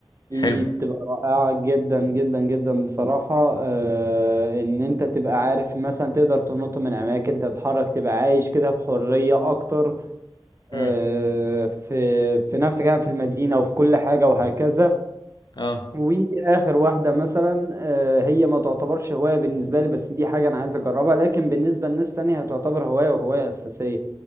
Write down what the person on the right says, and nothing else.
دي
بتبقى رائعة جدا جدا جدا بصراحة آه إن أنت تبقى عارف مثلا تقدر تنط من أماكن تتحرك تبقى عايش كده بحرية أكتر آه
في في نفسك يعني في المدينة وفي كل حاجة وهكذا
واخر واحده مثلا آه، هي ما تعتبرش هوايه بالنسبه لي بس دي حاجه انا عايز اجربها لكن بالنسبه لناس تانية هتعتبر هوايه وهوايه اساسيه